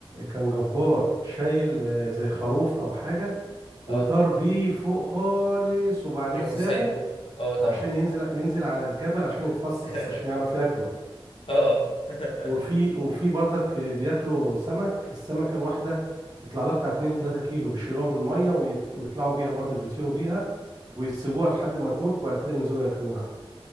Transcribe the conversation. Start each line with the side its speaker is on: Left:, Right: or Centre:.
Right: كان
Left: مم.
Right: جبار شايل آه، زي خروف او حاجه
Left: اه
Right: وطار بيه فوق خالص وبعدين
Left: يقوم
Right: سابه
Left: سايبه اه طبعا
Right: عشان ينزل ينزل على الجبل عشان يتفصص
Left: <laughs>
Right: عشان يعرف ياكله
Left: اه <laughs>
Right: وفي وفي برضك آه، بياكلوا سمك السمكه الواحده تطلع لها بتاع 2 3 كيلو بيشيلوها من الميه ويت- ويطلعوا بيها برضك بيطيروا بيها ويسيبوها لحد ما تموت وبعد كده ينزلوا ياكلوها